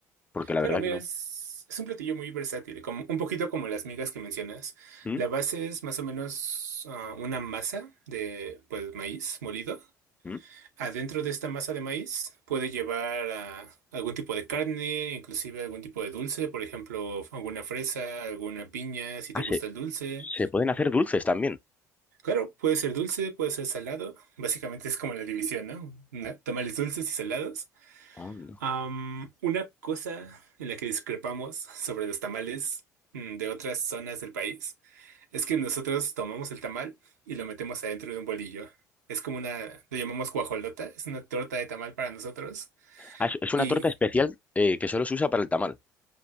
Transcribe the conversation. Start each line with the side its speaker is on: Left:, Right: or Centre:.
Left: porque la
Right: Claro,
Left: verdad
Right: mira,
Left: que no.
Right: es, es un platillo muy versátil, como, un poquito como las migas que mencionas.
Left: ¿Mm?
Right: La base es más o menos ah, una masa de pues, maíz molido.
Left: ¿Mm?
Right: Adentro de esta masa de maíz puede llevar ah, algún tipo de carne, inclusive algún tipo de dulce, por ejemplo, alguna fresa, alguna piña, si
Left: Ah,
Right: te
Left: se,
Right: gusta el dulce.
Left: se pueden hacer dulces también.
Right: Claro, puede ser dulce, puede ser salado. Básicamente es como la división, ¿no? Na- Tamales dulces y salados.
Left: Oh, no.
Right: Am, una cosa en la que discrepamos sobre los tamales mm, de otras zonas del país es que nosotros tomamos el tamal y lo metemos adentro de un bolillo. Es como una, lo llamamos guajolota, es una torta de tamal para nosotros.
Left: Ah, es es una
Right: Y,
Left: torta especial eh, que solo se usa para el tamal.